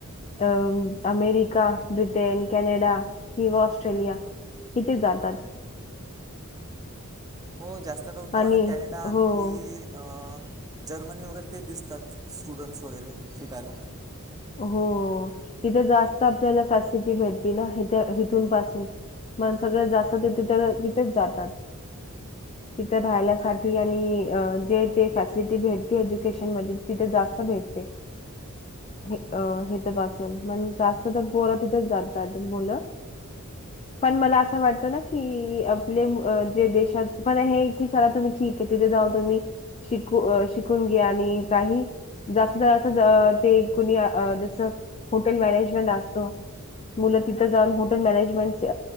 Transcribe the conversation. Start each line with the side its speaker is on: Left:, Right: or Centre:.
Left: अ अमेरिका ब्रिटेन कॅनडा किंवा ऑस्ट्रेलिया इथेच जातात
Right: हो जास्त करून तर
Left: आणि
Right: मला कॅनेडा आणखी
Left: हो
Right: अ जर्मनी वगैरे ते दिसतात स्टुडंट्स वगैरे शिकायला
Left: हो तिथे जास्त आपल्याला फॅसिलिटी भेटते ना हिथ इथून पासून मण सगळ जास्त तिथेच जातात तिथे राहल्यासाठी आणि जे फॅसिलिटी भेटते एज्युकेशन म तिथे जास्त भेटते अ इथपासून मण जास्त तर पोर तिथेच जातात मुलं पण मला असं वाटतं ना की आपले जे देशात पण हे की चला तुम्ही ठीक आहे तिथे जाऊन तुम्ही शिकू शिकून घ्या आणि काही जास्त जास्त ते कुणी जसं हॉटेल मॅनेजमेंट असतं मुलं तिथं जाऊन हॉटेल मॅनेजमेंट